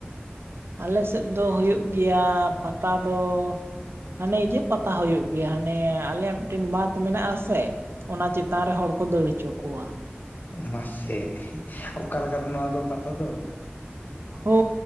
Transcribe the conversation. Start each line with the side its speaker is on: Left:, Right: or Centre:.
Right: ᱟᱞᱮᱥᱮᱫ ᱫᱚ ᱦᱳᱭᱜ ᱜᱮᱭᱟ ᱯᱟᱛᱟ ᱫᱚ ᱦᱟᱱᱮ ᱤᱭᱟᱹ ᱯᱟᱛᱟ ᱦᱳᱭᱳᱜ ᱜᱮᱭᱟ ᱦᱟᱱᱮ ᱟᱞᱮᱭᱟᱜ ᱢᱤᱫᱴᱮᱱ ᱵᱟᱸᱫᱷ ᱢᱮᱱᱟᱜ-ᱟ ᱥᱮ᱾ ᱚᱱᱟ ᱪᱮᱛᱟᱱ ᱨᱮ ᱦᱚᱲ ᱠᱚ ᱫᱟᱹᱲ ᱦᱚᱪᱚ ᱠᱚᱣᱟ᱾
Left: ᱢᱟᱥᱮ ᱚᱠᱟ ᱞᱮᱠᱟᱱ ᱱᱚᱣᱟ ᱫᱚ ᱯᱟᱛᱟ ᱫᱚ?
Right: ᱦᱳ